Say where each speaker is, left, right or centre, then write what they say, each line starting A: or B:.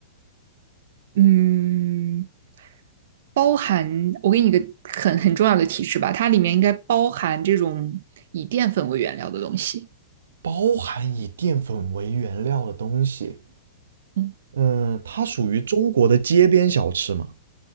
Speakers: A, on the right; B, on the right.
A: 嗯，包含，我给你一个很很重要的提示吧，它里面应该包含这种以淀粉为原料的东西，
B: 包含以淀粉为原料的东西，
A: 嗯，
B: 嗯，它属于中国的街边小吃嘛，